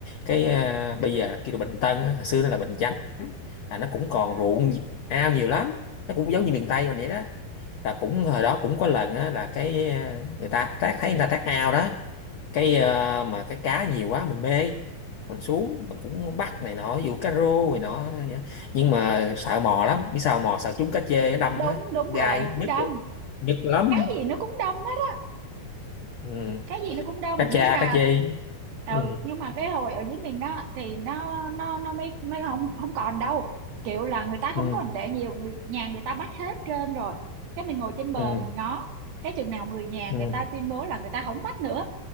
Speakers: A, on the left; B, on the right.
A: cái à, bây giờ kêu là Bình Tân á, hồi xưa nó là Bình Chánh là nó cũng còn
B: à,
A: ruộng ao nhiều lắm nó cũng giống như miền Tây mình vậy đó là cũng hồi đó cũng có lần á là cái ờ, người ta tác thấy người ta tác ao đó cái ờ, mà cái cá nhiều quá mình mê mình xuống mình cũng bắt này nọ dù cá rô này nọ nhưng mà sợ mò lắm biết sao mò sợ trúng cá chê nó đâm
B: đúng
A: á
B: đúng
A: gai
B: rồi nó
A: nhức
B: đâm
A: nhức lắm
B: cái gì nó cũng đâm hết
A: ừ.
B: cái gì nó cũng đông
A: cá cha
B: nhưng mà
A: cá chê
B: ừ
A: ừ.
B: nhưng mà cái hồi ở dưới mình đó thì nó nó nó mới mới không không còn đâu kiểu là người ta
A: Ừ.
B: không còn để nhiều người nhà người ta bắt hết trên rồi cái mình ngồi trên bờ
A: Ừ.
B: mình ngó cái chừng nào người nhà
A: Ừ.
B: người ta tuyên bố là người ta không bắt nữa